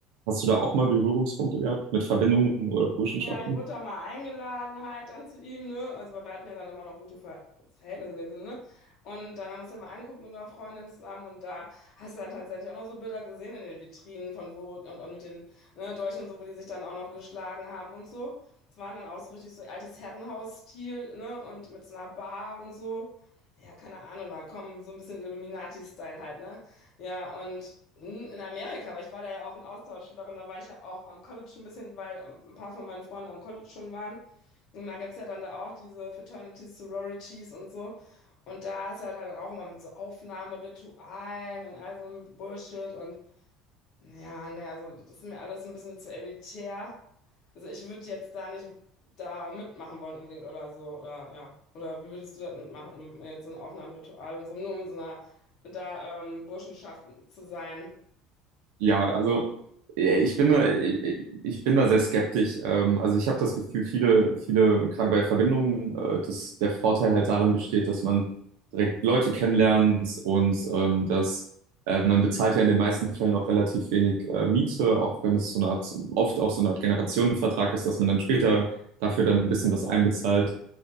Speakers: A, on the right; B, on the left.
A: hast du da auch mal Berührungspunkte gehabt mit Verbindungen oder Burschenschaften?
B: Ja, ich wurde da mal eingeladen halt dann zu ihm, ne? Also weil wir hatten ja dann immer noch gute Ver Verhältnisse in dem Sinne, ne? Und dann haben wir uns ja mal angeguckt mit einer Freundin zusammen und da hast du dann tatsächlich auch noch so Bilder gesehen in den Vitrinen von wo und, und mit den ne, Dolchen und so, wo die sich dann auch noch geschlagen haben und so. Das waren dann auch so richtig so altes Herrenhausstil, ne? Und mit so einer Bar und so. Ja, keine Ahnung, da kommen so ein bisschen Illuminati-Style halt, ne? Ja, und n- in Amerika, weil ich war da ja auch ein Austauschschülerin, da war ich ja auch am College ein bisschen, weil ähm, ein paar von meinen Freunden am College schon waren. Und da gibt es ja dann da auch diese Fraternities, Sororities und so. Und da ist halt dann auch immer mit so Aufnahmeritualen und all so einem Bullshit. Und ja, ne, also das ist mir alles so ein bisschen zu elitär. Also ich würde jetzt da nicht da mitmachen wollen unbedingt oder so, oder ja. Oder wie würdest du das mitmachen, jetzt so ein Aufnahmeritual und so, nur um in so einer da ähm, Burschenschaft zu sein?
A: Ja, also äh, ich bin da, ich ich bin da sehr skeptisch. Ähm, Also ich habe das Gefühl, viele, viele, gerade bei Verbindungen, äh, dass der Vorteil halt darin besteht, dass man direkt Leute kennenlernt und ähm, dass äh, man bezahlt ja in den meisten Fällen auch relativ wenig äh, Miete, auch wenn es so eine Art, oft auch so eine Art Generationenvertrag ist, dass man dann später dafür dann ein bisschen was einbezahlt.